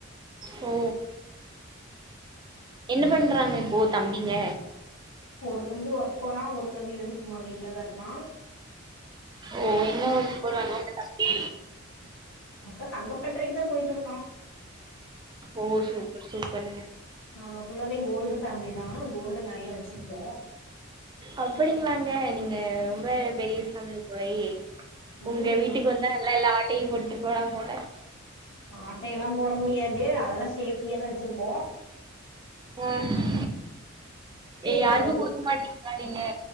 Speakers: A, on the right (about 20°); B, on the left (about 70°).
A: ஓ என்ன பண்றாங்க இப்போ தம்பிங்க
B: ஒரு தம்பி ஒர்க் போறா ஒரு தம்பி வந்து சும்மா வீட்லதா இருக்கா
A: ஓ என்ன ஒர்க் போறாங்க உங்க தம்பி
B: அப்ப தங்கப்பட்டறைக்கு தா போயிட்ருக்கா
A: ஓ சூப்பர் சூப்பர்ங்க
B: நாங்க ஃபுல்லாவே கோல்டு ஃபேமிலி தா கோல்டு நெறைய வச்சுருப்போ
A: அப்டிங்களாங்க நீங்க ரொம்ப பெரிய ஃபேமிலி போலயே
B: ம்
A: உங்க வீட்டுக்கு
B: ஆமா
A: வந்தா நல்லா எல்லா ஆட்டைய போட்டு போலாம் போல
B: ஆட்டைய எல்லா போட முடியாது அதெல்லா சேப்ட்டியாதா வச்சிருப்போம்
A: ம் ஏ யாருக்கு
B: தெரியாது
A: குடுக்க மாட் கதீங்க